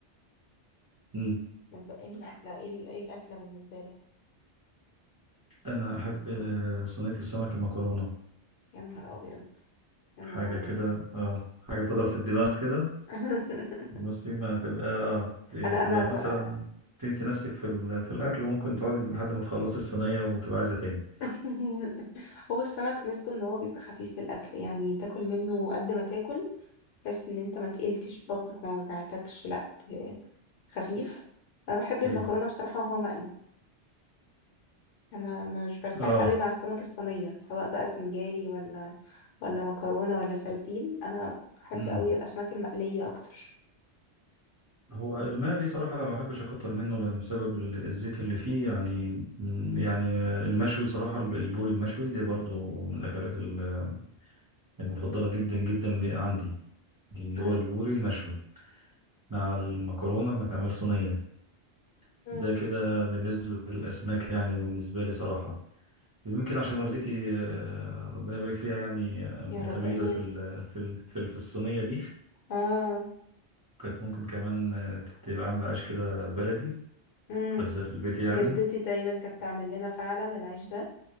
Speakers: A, on the right; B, on the left.
A: مم.
B: متبقي لنا اكله ايه ال- إيه الاكله بالنسبه لك
A: انا احب آه، صينيه السمك المكرونه
B: يا نهار ابيض يا نهار
A: حاجه
B: ابيض
A: كده اه حاجه بتضرب في الدماغ كده
B: <laughs>
A: بصي ما تبقى اه ت-
B: انا
A: تبقى
B: انا بقى
A: مثلا تنسي نفسك في ال- في الاكل وممكن تقعدي لحد ما تخلصي الصينيه وتبقى عايزه تاني
B: <laughs> هو السمك ميزته ان هو بيبقى خفيف في الاكل يعني تاكل منه قد ما تاكل بس ان انت ما تقلتش بطنك ما وجعتكش لا ت- خفيف انا بحب المكرونه
A: ايوه
B: بصراحه وهو مقلي انا مش برتاح
A: اه
B: قوي مع السمك الصينيه سواء بقى سنجاري ولا ولا مكرونه ولا سردين انا بحب
A: مم.
B: قوي الاسماك المقليه اكتر
A: هو المقلي صراحة أنا ما بحبش أكتر منه لأن بسبب ال- الزيت اللي فيه يعني يعني المشوي صراحة البوري المشوي دي برضو من الأكلات ال- المفضلة جدا جدا اللي عندي اللي
B: امم
A: هو البوري المشوي مع المكرونة اللي متعمل صينية
B: امم
A: ده كده بالنسبة للأسماك يعني بالنسبة لي صراحة يمكن عشان والدتي آه، ربنا يبارك فيها يعني آه، متميزة
B: يا رب امين
A: في ال- في ال- في ال- في الصينية دي
B: اه
A: كانت ممكن كمان آه، تبقى عاملة عيش كده بلدي
B: امم
A: خبزة في البيت يعني
B: جدتي دايما كانت تعمل لنا فعلا العيش ده